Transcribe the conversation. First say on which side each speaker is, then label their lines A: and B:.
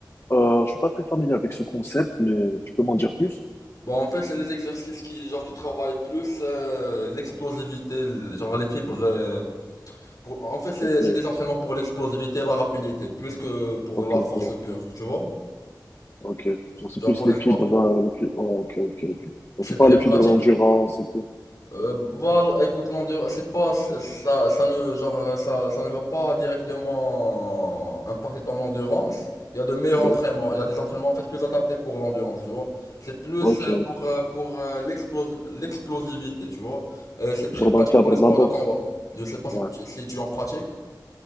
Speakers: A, on the left (about 35°); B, on the left (about 55°).
A: je suis pas très familier avec ce concept, mais tu peux m'en dire plus?
B: Bah en fait, c'est les exercices qui genre qui travaillent plus euh, l'explosivité, l- genre les fibres. euh, pour- en fait, c'est
A: Ok,
B: c'est des entraînements pour l'explosivité et la rapidité, plus que pour
A: ok,
B: la force
A: bon,
B: pure, tu vois.
A: ok. J'en sais
B: Genre
A: plus
B: pour
A: les
B: les sports,
A: fibres, euh, les fibres. ok, ok, ok. J'en
B: c'est
A: sais pas
B: très
A: les
B: pratique.
A: fibres d'endurance et tout.
B: Euh, bah, écoute, l'endurance, c'est pas, ça, ça ne, genre, euh, ça, ça ne va pas directement impacter ton endurance. Il y a de meilleurs
A: Ouais,
B: entraînements. Il y a des entraînements, en fait, plus adaptés pour l'endurance, tu vois. C'est plus
A: ok,
B: euh, pour,
A: ok.
B: euh, pour euh, l'explos- l'explosivité, tu vois. Et c'est très
A: Genre
B: pratique
A: dans le cadre
B: pour les sports
A: de la boxe.
B: de combat. Je sais pas si
A: Ouais.
B: tu, si tu en pratiques.